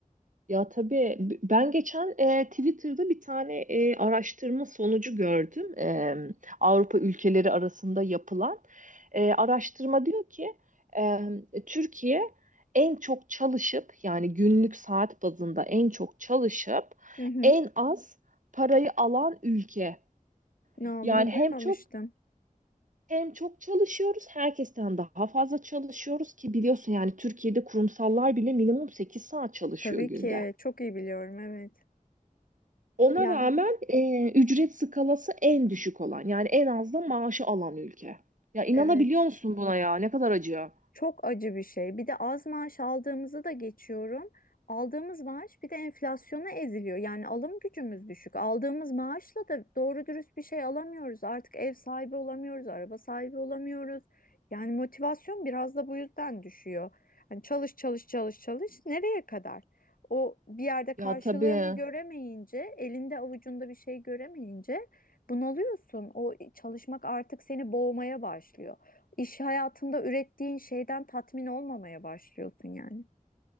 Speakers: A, on the right; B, on the left.
A: Ya tabii b- ben geçen e, Twitter'da bir tane e, araştırma sonucu gördüm. E, Avrupa ülkeleri arasında yapılan E, araştırma diyor ki e, Türkiye en çok çalışıp yani günlük saat bazında en çok çalışıp
B: Hı hı.
A: en az parayı alan ülke.
B: Ya,
A: Yani
B: bunu
A: hem
B: duymamıştım.
A: çok hem çok çalışıyoruz, herkesten daha fazla çalışıyoruz ki biliyorsun yani Türkiye'de kurumsallar bile minimum 8 saat çalışıyor
B: Tabii
A: günde.
B: ki çok iyi biliyorum evet.
A: Ona
B: Ya
A: rağmen e, ücret skalası en düşük olan yani en az da maaşı alan ülke. Ya inanabiliyor
B: evet.
A: musun buna ya? Ne kadar acı.
B: Çok acı bir şey. Bir de az maaş aldığımızı da geçiyorum. Aldığımız maaş bir de enflasyona eziliyor. Yani alım gücümüz düşük. Aldığımız maaşla da doğru dürüst bir şey alamıyoruz. Artık ev sahibi olamıyoruz, araba sahibi olamıyoruz. Yani motivasyon biraz da bu yüzden düşüyor. Hani çalış çalış çalış çalış nereye kadar? O bir yerde karşılığını
A: Ya tabii.
B: göremeyince, elinde avucunda bir şey göremeyince bunalıyorsun. O çalışmak artık seni boğmaya başlıyor iş hayatında ürettiğin şeyden tatmin olmamaya başlıyorsun yani.